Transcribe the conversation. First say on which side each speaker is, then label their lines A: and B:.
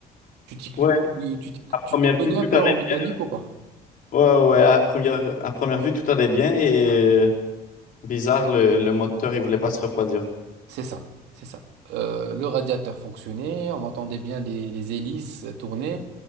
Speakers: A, on the right (about 80°); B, on the left (about 55°).
A: Tu t'y tu-
B: Ouais,
A: tu-
B: à première
A: tu- t'y connais
B: vue, tout
A: un peu
B: allait
A: en mécanique
B: bien.
A: ou pas?
B: Ouais, ouais, ouais, à première, à première vue, tout allait bien et euh, bizarre, le, le moteur, il voulait pas se refroidir.
A: C'est ça, c'est ça. Euh, le radiateur fonctionnait, on entendait bien les, les hélices tourner.